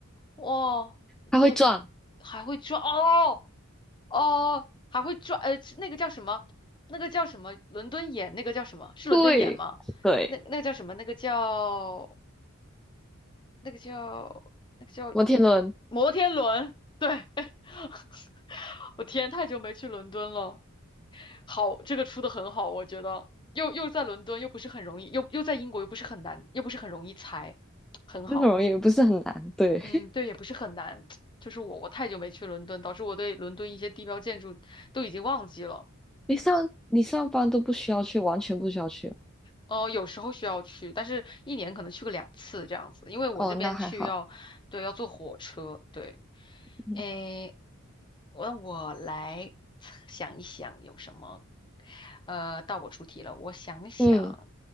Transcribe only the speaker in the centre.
它会撞，
对对，
摩天轮
那种也不是很难。对，
<laughs> 你上你上班都不需要去，完全不需要去。
哦，那还好。
嗯
嗯，